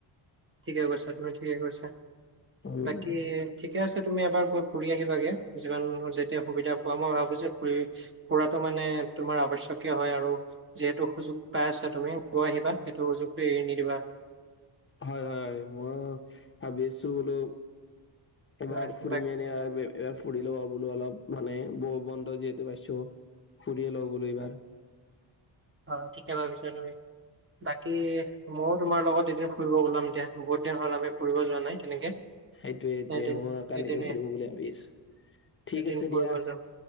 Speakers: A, on the right (about 25°); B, on the left (about 25°).
A: ঠিকে কৈছা তুমি ঠিকে কৈছা
B: উম
A: বাকী ঠিকে আছে তুমি এবাৰ গৈ ফুৰি আহিবাগে যিমান যেতিয়া সুবিধা পোৱা মই ভাবো যে ফুৰি ফুৰাটো মানে তোমাৰ আৱশ্যকীয় হয় আৰু যিহেতু সুযোগ পাই আছা তুমি গৈ আহিবা। এইটো সুযোগটো এৰি নিদিবা।
B: হয় হয় হয় মই ভাবি আছো বোলো এবাৰ
A: আহ,
B: ফুৰিম
A: বাক-
B: এনে এইবাৰ ফুৰি লবা বোলো অলপ মানে ব- বন্ধ যিহেতু পাইছোঁ ফুৰিয়ে লওঁ বোলো এইবাৰ।
A: অ, ঠিকে ভাবিছ তুমি বাকী ময়ো তোমাৰ লগত এদিন ফুৰিব ওলাম দিয়া বহুত দিন হ'ল আমি ফুৰিব যোৱা নাই তেনেকে।
B: সেইটোৱে- সেইটোৱে
A: এদিন
B: মইও একালিকে
A: এদিন
B: ফুৰিম বুলি ভাবি আছোঁ ঠিক
A: এদিন
B: আছে
A: ফুৰিব
B: দিয়া
A: যাম